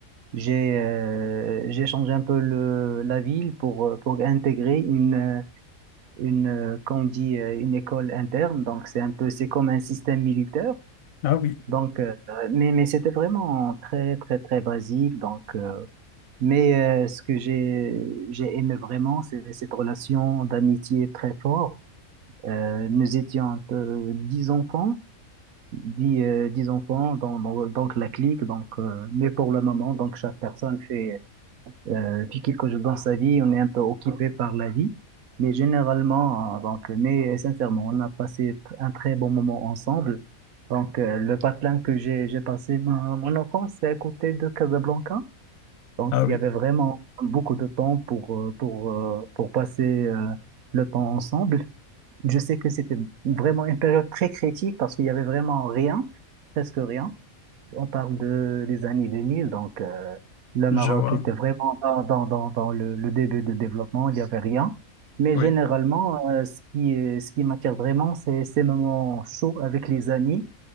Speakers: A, on the right (about 85°); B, on the left (about 75°).
A: j'ai euh, j'ai changé un peu le la ville pour euh, pour intégrer une euh, une euh, qu'on dit euh, une école interne donc c'est un peu c'est comme un système militaire
B: Ah oui,
A: donc euh, mais mais c'était vraiment très très très basique donc euh, mais euh, ce que j'ai j'ai aimé vraiment c'est cette relation d'amitié très forte Euh, nous étions un peu dix enfants dix, euh, dix enfants, dans- dans- donc la clique, donc, euh, mais pour le moment, donc chaque personne fait, euh, fait quelque chose dans sa vie, on est un peu occupé par la vie, mais généralement, euh, donc, mais sincèrement, on a passé t- un très bon moment ensemble. Donc, euh, le patelin que j'ai, j'ai passé mon, mon enfance, c'est à côté de Casablanca. Donc,
B: ah
A: il
B: oui,
A: y avait vraiment beaucoup de temps pour, euh, pour, euh, pour passer, euh, le temps ensemble. Je sais que c'était vraiment une période très critique parce qu'il y avait vraiment rien, presque rien. On parle de, des années 2000, donc euh, le
B: je
A: Maroc
B: vois,
A: était vraiment dans, dans, dans, dans le, le début de développement, il n'y avait rien. Mais
B: oui,
A: généralement, euh, ce qui, est- ce qui m'attire vraiment, c'est ces moments chauds avec les amis.